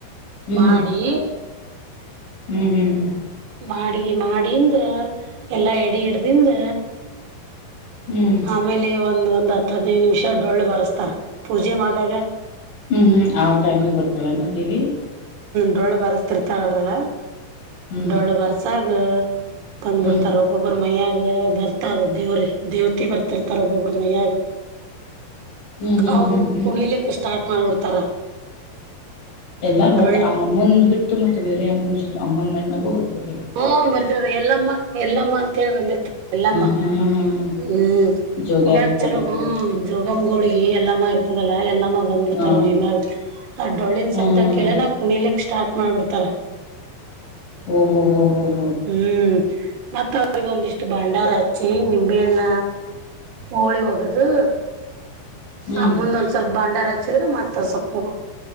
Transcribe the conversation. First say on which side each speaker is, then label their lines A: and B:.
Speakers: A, on the left; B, on the right.
A: ಹ್ಮ್
B: ಮಾಡಿ
A: ಹ್ಮ್ ಹ್ಮ್ ಹ್ಮ್ ಹ್ಮ್
B: ಮಾಡಗ ಮಾಡಿಂದ ಎಲ್ಲಾ ಎಡಿ ಹಿಡ್ದಿಂದ
A: ಹ್ಮ್
B: ಆಮೇಲೆ ಒಂದ ಒಂದ್ ಹತ್ತು ಹತ್ತು ಹದಿನೈದು ನಿಮಿಷ ಡೊಳ್ಳು ಬರೆಸ್ತಾರ ಪೂಜೆ ಮಗಾಗ
A: ಹ್ಮ್ ಹ್ಮ್ ಆ ಟೈಮ್ಗೆ ಬರ್ತಾಳೆ ನಡ್ದೀವಿ
B: ಡೋಳ್ಳು ಬಾರಸತಿ ಇರ್ತಾಳರಲ್ಲ
A: ಹ್ಮ್
B: ಡೋಳ್ಳು ಬರ್ಸಾಗ ಬಂದ್ಬಿಡ್ತಾರ
A: ಹ್ಮ್
B: ಒಬ್ಬೊಬ್ಬರು ಮೈಯಗ ಬರ್ತದ ದೇವ್ರಿ ದೇವತಿ ಬರ್ತಿರ್ತಾರ ಒಬ್ಬೊಬ್ಬ್ರ ಮಯ್ಯಾಗ
A: ಹ್ಮ್ ಹ್ಮ್
B: ಅವರು
A: ಹ್ಮ್ ಹ್ಮ್
B: ಕುಣಿಲಿಕ್ಕೆ ಸ್ಟಾರ್ಟ್ ಮಾಡ್ಬಿಡ್ತಾರ
A: ಎಲ್ಲಾರೂ
B: ಡೊಳ್ಳಿ
A: ಒಟ್ಟ ಆ ಅಮ್ಮನ್ ಬಿಟ್ಟ ಮತ್ತೆ ಬೇರೆ ಅಮ್ಮನ ಜೊತೆ ಅಮ್ಮನ್ ಮೈ ಮ್ಯಾಗ ಬರ್ತತ್ತು
B: ಹ್ಮ ಬರ್ತದೆ ಎಲ್ಲಮ್ಮ ಎಲ್ಲಮ್ಮ ತಿಳ್ ಬಂದಿರ್ತ ಎಲ್ಲಮ್ಮ
A: ಹಾ ಹಾ ಹಾ ಹಾ
B: ಹ್ಮ್
A: ಜೋಗ್ಯಾರ
B: ಕುಗ್ಯಾಕ್
A: ಇರ್ತಾರಲ್ಲ
B: ಚಲೋ ಹಾ
A: ಅವ್ರಿಗೆ
B: ಜೋಗಮ್ ಗೋಳಗಿ ಎಲ್ಲಾ ಮಾಡ ತದಲ್ಲ ಎಲ್ಲ ಮಾಗ ಬಂದಿರ್ತಾರ
A: ಹಾ
B: ಮೈಮಾಗ ಆ ಡೊಳ್ಳನ್
A: ಹಾ
B: ಶಬ್ದ
A: ಹಾ ಹಾ
B: ಕೇಳ
A: ಹಾ
B: ಕುಣಿಲಿ ಸ್ಟಾರ್ಟ್ ಮಾಡ್ಬಿಡ್ತಾರ
A: ಓ ಹೋ ಹೋ ಹ
B: ಹ್ಮ್ ಮತ್ತ ಅವ್ರಗ ಒಂದಿಷ್ಟು ಭಂಡಾರ ಹಚ್ಚಿ ನಿಂಬೆಹಣ್ಣ ಹೋಳಿ ಹೋಗದು
A: ಹ್ಮ್
B: ಆ ಮುಂದ ಒಂದ್ ಸ್ವಲ್ಪ ಭಾಂಡಾರ ಹಚ್ಚಿದ್ರೆ ಮತ್ತೊಂದ್ ಸ್ವಲ್ಪ